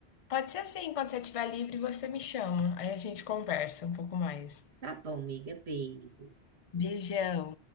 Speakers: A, on the left; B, on the right.
A: Pode ser assim, quando você estiver livre você me chama, aí a gente conversa um pouco mais.
B: Tá bom, amiga. Beijo.
A: Beijão.